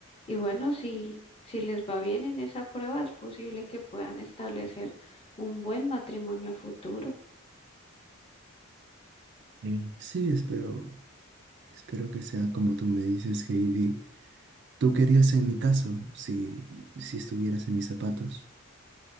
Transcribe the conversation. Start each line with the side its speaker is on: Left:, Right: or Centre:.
Left: y bueno, si, si les va bien en esa prueba, es posible que puedan establecer un buen matrimonio a futuro.
Right: Mm. Sí, espero, espero que sea como tú me dices, Heidi. ¿Tú querías en mi caso si, si estuvieras en mis zapatos?